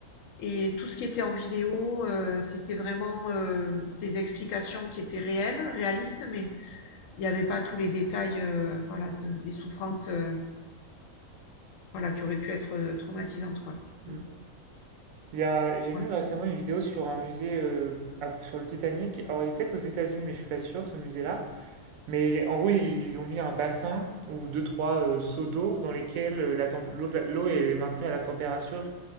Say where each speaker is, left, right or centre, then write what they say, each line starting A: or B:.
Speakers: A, on the left (about 70°); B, on the right (about 75°).
A: et tout ce qui était en vidéo, heu, c'était vraiment, heu, des explications qui étaient réelles, réalistes, mais il n'y avait pas tous les détails, heu, voilà, de des souffrances, heu, voilà, qui auraient pu être, heu, traumatisantes, quoi.
B: Hmm.
A: Mmh,
B: Il y a, j'ai
A: voilà.
B: vu récemment une vidéo sur un musée euh, à- sur le Titanic. Alors, il est peut-être aux États-Unis, mais je suis pas sûr, ce musée-là. Mais en gros, ils ont mis un bassin ou deux, trois euh, seaux d'eau dans lesquels euh, la temp- l'eau de la- l'eau est maintenue à la température